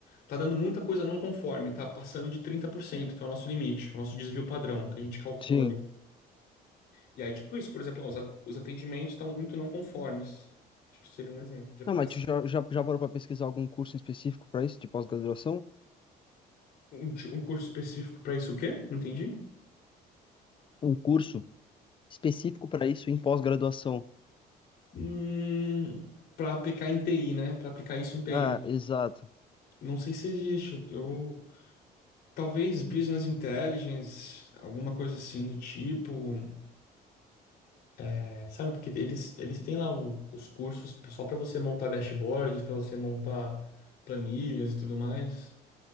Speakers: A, on the left (about 70°); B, on the left (about 30°).
A: Tá dando muita coisa não conforme, tá passando de trinta por cento que é o nosso limite, é o nosso desvio padrão, que a gente calcula
B: Sim.
A: ali. E aí, tipo isso, por exemplo, ó, os a- os atendimentos estão muito não conformes. Acho que seria um exemplo de aplicação.
B: Não, mas tu já, já, já parou pra pesquisar algum curso específico pra isso, de pós-graduação?
A: Um, ti- um curso específico para isso, o quê? Não entendi.
B: Um curso específico pra isso em pós-graduação.
A: Hum, para aplicar em TI, né? Para aplicar isso em TI.
B: Ah, exato.
A: Não sei se existe. Eu, talvez business intelligence, alguma coisa assim do tipo. É, sabe, porque eles, eles têm lá o- os cursos só para você montar dashboards, para você montar planilhas e tudo mais.